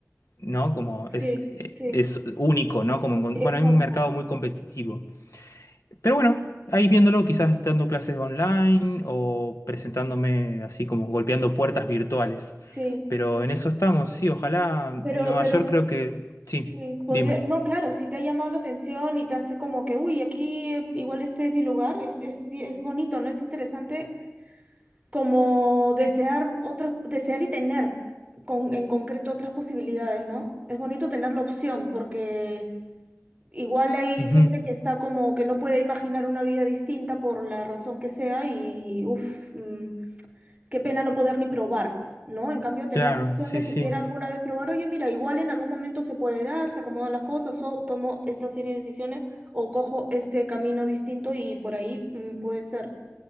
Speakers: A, on the left; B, on the right.
A: ¿no? Como
B: sí,
A: es, eh,
B: sí,
A: es único, ¿no? Como, encon-
B: exacto,
A: bueno, hay un mercado muy competitivo. Pero bueno, ahí viéndolo, quizás dando clases online o presentándome así como golpeando puertas virtuales.
B: sí,
A: Pero
B: sí,
A: en eso estamos, sí, ojalá
B: pero,
A: Nueva
B: pero
A: York
B: Vale.
A: creo que... Sí,
B: sí, podría,
A: dime.
B: no, claro, si te ha llamado la atención y te hace como que, uy, aquí eh, igual este es mi lugar, es, es, bi- es bonito, ¿no? Es interesante como desear otras, desear y tener con, en concreto otras posibilidades, ¿no? Es bonito tener la opción porque igual hay
A: Ujú,
B: gente que está como que no puede imaginar una vida distinta por la razón que sea y, uff mm, qué pena no poder ni probar, ¿no? En cambio, tener
A: Claro,
B: la opción
A: sí,
B: de
A: sí.
B: siquiera alguna vez probar, oye, mira, igual en algún momento se puede dar, se acomodan las cosas, o tomo esta serie de decisiones, o cojo este camino distinto y por ahí mm, puede ser.